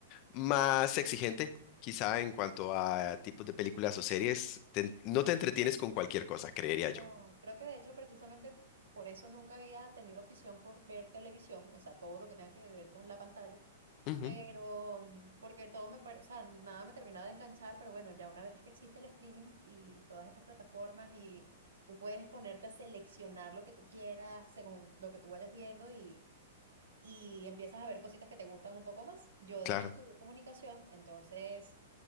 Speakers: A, on the left (about 40°); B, on the right (about 80°).
A: más exigente, quizá en cuanto a tipos de películas o series. Te- no te entretienes con cualquier cosa, creería
B: No,
A: yo.
B: creo que de hecho precisamente por eso nunca había tenido afición por ver televisión, o sea, todo lo que tenga que ver con la pantalla,
A: Ujú,
B: Pero, mm, porque todo me, pare- o sea, nada me terminaba de enganchar, pero bueno, ya una vez que existe el streaming y todas estas plataformas y tú puedes ponerte a seleccionar lo que tú quieras según lo que tú vayas viendo y, y empiezas a ver cositas que te gustan un poco más. Yo
A: claro,
B: de hecho estudié comunicación, entonces